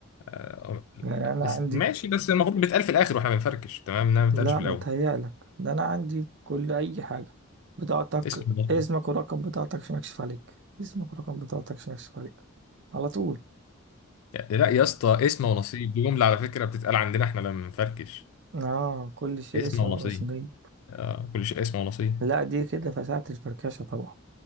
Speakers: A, on the left (about 80°); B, on the right (about 55°).
A: ف-
B: يعني أنا
A: بس-
B: عندي
A: ماشي بس المفروض بيتقال في الاخر واحنا بنفركش تمام انما ما بيتقالش
B: لا
A: في
B: متهيألك
A: الاول
B: ده أنا عندي كل أي حاجة بطاقتك
A: اسم ونصيب
B: اسمك ورقم بطاقتك عشان أكشف عليك اسمك ورقم بطاقتك عشان أكشف عليك على طول
A: يعني لا يا اسطى اسم ونصيب دي جمله على فكره بتتقال عندنا احنا لما بنفركش
B: اه كل شيء
A: اسم
B: اسمه
A: ونصيب
B: واسميه
A: آه كل شيء اسم ونصيب
B: لا دي كده فساعة الفركشة طبعا